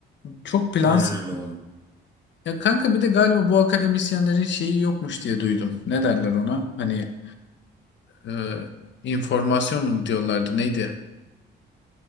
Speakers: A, on the left; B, on the right.
A: çok plansız.
B: Aynen öyle oldu.
A: Ya kanka bir de galiba bu akademisyenlerin şeyi yokmuş diye duydum. Ne derler ona? Hani e, informasyon mu diyorlardı neydi?